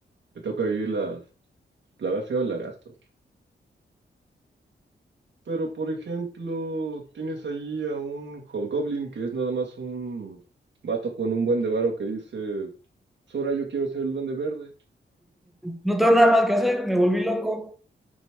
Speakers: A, on the right; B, in the centre.
A: le toca vivir la, la va feo al lagarto. Pero, por ejemplo, tienes ahí a un hobgoblin que es nada más un vato con un buen de varo que dice, Sora, yo quiero ser el duende verde.
B: No tengo nada más que hacer, me volví loco.